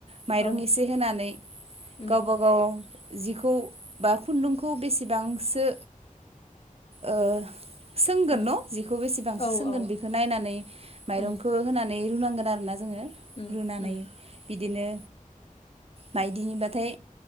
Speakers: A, on the right; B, on the left.
A: माइरं
B: औ
A: एसे होनानै
B: उम
A: गावबा गाव जिखौ बा खुन्दुंखौ बेसेबांसो ओ सोंगोन
B: उम
A: न' जिखौ बेसेबांसो
B: औ
A: सोंगोन
B: औ
A: बेखौ नायनानै माइरंखौ
B: उम
A: होनानै रुनांगोन आरोना ओ
B: उम
A: रुनानै
B: उम
A: बिदिनो माइदिनिबथाय